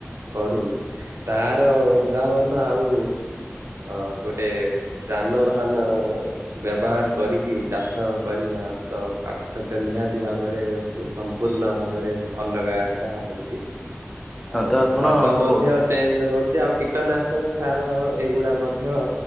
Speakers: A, on the right (about 70°); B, in the centre.
A: କରୁ ତାର ଉଦ୍ଭାବନ ଆଉ ଆଉ ଗୋଟେ ଯାନବାହାନ ବ୍ୟବହାର କରିକି ଚାଷ କରିବା। ହଁ ତ ପାର୍ଥକ୍ୟ ନିହାତି ଭାବରେ ସମ୍ପୂର୍ଣ୍ଣ ଭାବରେ ଅଲଗାଟା ହଉଛି।
B: ହଁ
A: ଆଉ
B: ତ ଆପଣ
A: ସ୍ଵାଦ ମଧ୍ୟ
B: କ
A: ଚେଞ୍ଜ ହଉ ସେ ଆଉ କୀଟନାଶକ ସାର ଏଗୁଡ଼ା ମଧ୍ୟ